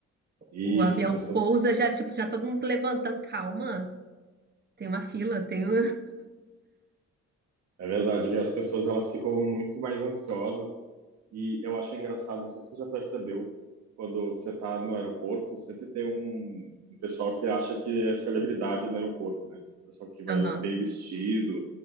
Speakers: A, on the right (about 60°); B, on the right (about 35°).
A: E
B: O avião
A: essas pessoas
B: pousa, já, tipo, já todo mundo levantando. Calma, tem uma fila, tem um.
A: É verdade, e as pessoas elas ficam muito mais ansiosas e eu acho engraçado, não sei se você já percebeu, quando você está no aeroporto, sempre tem um, um pessoal que acha que é celebridade no aeroporto, né? Um pessoal que vai
B: Aham,
A: bem vestido.